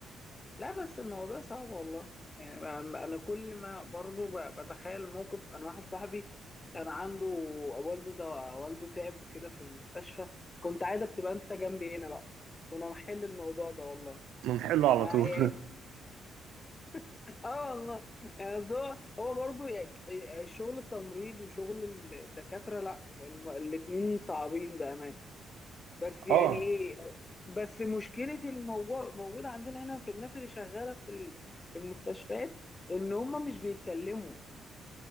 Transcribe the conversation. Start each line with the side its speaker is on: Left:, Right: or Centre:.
Left: لا بس الموضوع صعب والله يعني انا أنا كل ما برضو ب- بتخيل موقف انا واحد صاحبي كان عنده والده ده والده تعب وكده في المستشفى كنت عايزك تبقى انت جنبي هنا بقى كنا نحل الموضوع ده والله
Right: بنحله على
Left: مع
Right: طول
Left: يعني <laughs> اه والله يعني أصل هو هو برضه يعني آه، شغل التمريض وشغل الدكاترة لا الم- الاتنين صعبين بأمانة بس
Right: <laughs>
Left: يعني
Right: اه
Left: ايه بس مشكله الموضوع موجوده عندنا هنا في الناس اللي شغاله في ال- في المستشفيات ان هم مش بيتكلموا